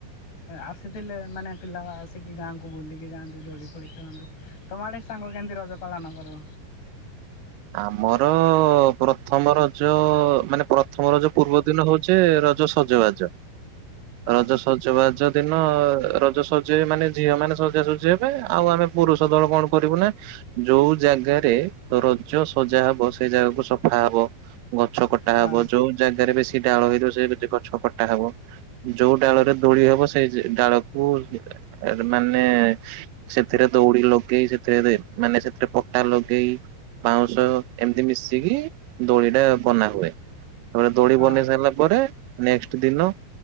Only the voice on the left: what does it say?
ଆ ସେଥିଲେ ମାନେ ପିଲା ଆସିକି ଗାଁକୁ ବୁଲିକି ଯାଆନ୍ତି। ଦୋଳି ଫୋଲି ଖେଳନ୍ତି ତମ ଆଡେ ସାଙ୍ଗ କେମେତି ରଜ ପାଳନ କର।
ହଁ
ହଁ
ହଁ